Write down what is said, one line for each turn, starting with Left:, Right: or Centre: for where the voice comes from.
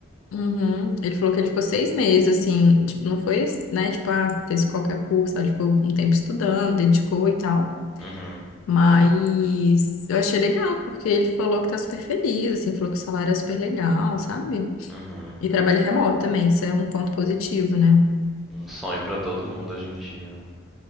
Left: Uhum. Ele falou que ele ficou seis meses, assim, tipo, não foi, né, tipo, ah, fez qualquer curso, sabe? Tipo, um tempo estudando, dedicou e tal.
Centre: Uhum,
Left: Mas eu achei legal, porque ele falou que tá super feliz, assim, falou que o salário é super legal, sabe?
Centre: uhum.
Left: E trabalha remoto também, isso é um ponto positivo, né?
Centre: Um sonho pra todo mundo hoje em dia, né?